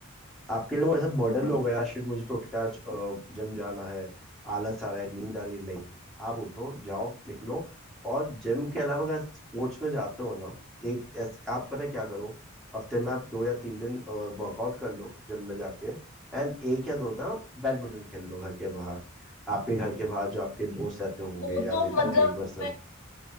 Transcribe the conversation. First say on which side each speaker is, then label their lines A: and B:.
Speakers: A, in the centre; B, on the left.
A: आपके लिए वो ऐसा बर्डन
B: हाँ
A: हो गया शिट मुझे तो उठ के आज अ, जिम जाना है आलस आ रहा है नींद आ रही है नहीं आप उठो जाओ निकलो और जिम के अलावा अगर स्पोर्ट्स में जाते हो ना एक ऐस- आप पता है क्या करो हफ्ते में आप दो या तीन दिन वर्कआउट कर लो जिम में जाके एंड एक या दो ना बैडमिंटन खेल लो घर के बाहर आपके घर के बाहर जो आपके दोस्त रहते होंगे
B: वो
A: या
B: तो
A: मे बी
B: मतलब
A: जो नेबर्स हैं
B: मैं